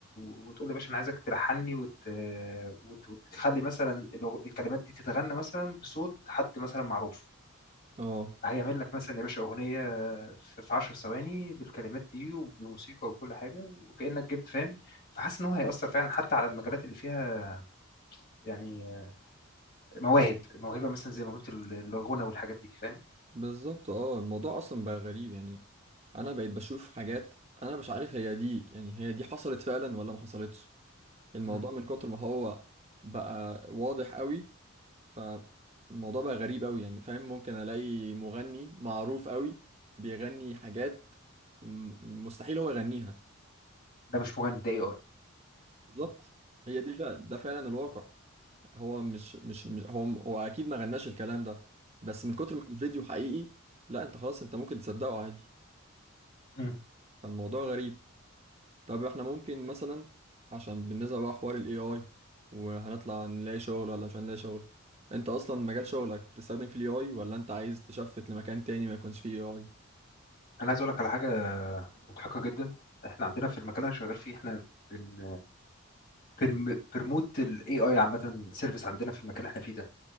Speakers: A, on the left; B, on the right.
A: وتقول له يا باشا انا عايزك تلحني وت... وت... وتخلي مثلا لو الكلمات دي تتغنى مثلا بصوت حد مثلا معروف
B: اه
A: هيعمل لك مثلا يا باشا اغنيه في في 10 ثواني بالكلمات دي وبموسيقى وكل حاجه وكانك جبت فاهم فحاسس ان هو هيأثر فعلا حتى على المجالات اللي فيها يعني آه، مواهب موهبه مثلا زي موهبه ال- الغنى والحاجات دي فاهم
B: بالظبط اه الموضوع اصلا بقى غريب يعني انا بقيت بشوف حاجات انا مش عارف هي دي يعني هي دي حصلت فعلا ولا ما حصلتش الموضوع
A: مم.
B: من كتر ما هو بقى واضح قوي فالموضوع بقى غريب قوي يعني فاهم ممكن الاقي مغني معروف قوي بيغني حاجات م- مستحيل هو يغنيها
A: ده مش مغني ده اي
B: بالظبط هي دي فعلا ده فعلا الواقع هو مش مش, مش هو هو اكيد ما غناش الكلام ده بس من كتر ما الفيديو حقيقي لا انت خلاص انت ممكن تصدقه عادي
A: اي
B: فالموضوع غريب طب احنا ممكن مثلا عشان بالنسبة بقى حوار ال AI وهنطلع نلاقي شغل ولا مش هنلاقي شغل انت اصلا مجال شغلك بتستخدم فيه ال AI ولا انت عايز تشفت لمكان تاني ما يكونش فيه AI
A: انا عايز اقول لك على حاجه مضحكه جدا احنا عندنا في المكان اللي انا شغال فيه احنا بن بن- بنرموت الاي اي عامه سيرفيس عندنا في المكان اللي احنا فيه ده